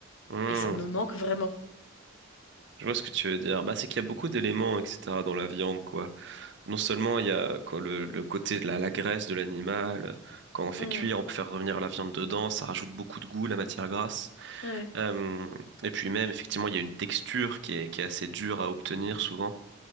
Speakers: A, on the right; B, on the left.
A: Hmm,
B: et ça me manque vraiment.
A: je vois ce que tu veux dire. Bah, c'est qu'il y a beaucoup d'éléments, etc., dans la viande, quoi. Non seulement il y a quoi, le, le côté de la, la graisse de l'animal, euh, quand on fait
B: Mm,
A: cuire, on peut faire revenir la viande dedans, ça rajoute beaucoup de goût, la matière grasse.
B: ouais.
A: Euh, et puis même, effectivement, il y a une texture qui est, qui est assez dure à obtenir souvent.